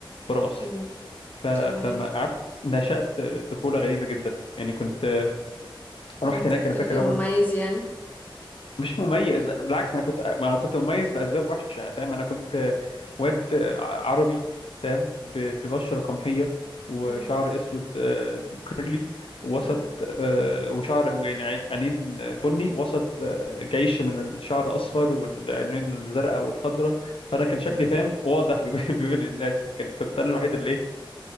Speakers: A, on the left; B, on the left.
A: بره مصر
B: امم
A: ف... فما
B: تمام
A: عارف نشأت طفوله غريبه جدا يعني كنت رحت
B: كنت
A: هناك
B: طفل
A: انا فاكر
B: مميز
A: اول
B: يعني
A: مش مميز لا، بالعكس انا كنت ما انا كنت مميز لاسباب وحشه انا فاهم انا كنت واد عربي تمام ب- ببشره قمحيه وشعر
B: امم
A: اسود آه، كيرلي وسط
B: امم
A: آه، وشعر ويعني عين- عينين بني وسط آه، جيش من الشعر اصفر والعينين الزرقاء والخضراء فانا كان شكلي
B: أمم.
A: فاهم واضح <laughs> بين بين الناس كان- كنت انا الوحيد اللي إيه،